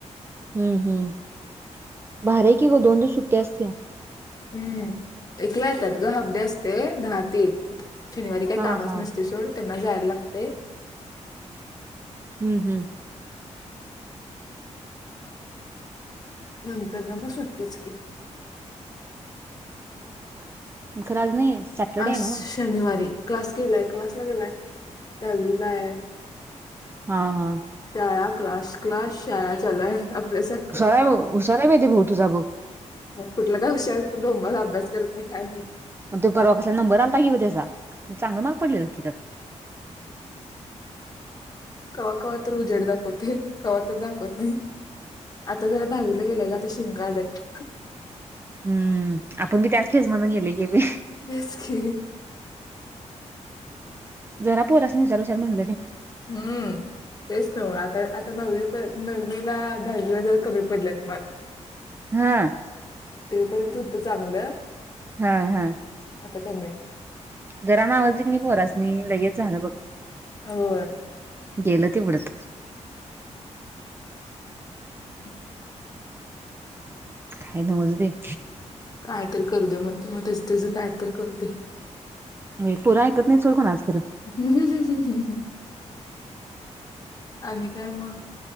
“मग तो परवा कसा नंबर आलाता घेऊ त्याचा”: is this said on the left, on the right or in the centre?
Right